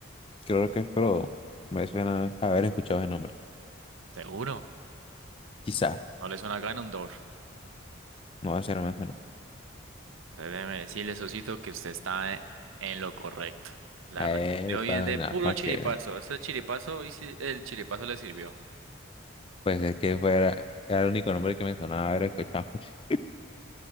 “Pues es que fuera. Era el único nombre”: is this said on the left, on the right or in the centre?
Left